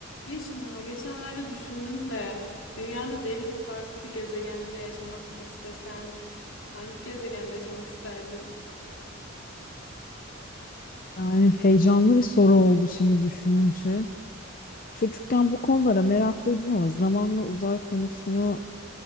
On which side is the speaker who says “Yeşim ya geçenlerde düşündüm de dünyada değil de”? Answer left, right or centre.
Left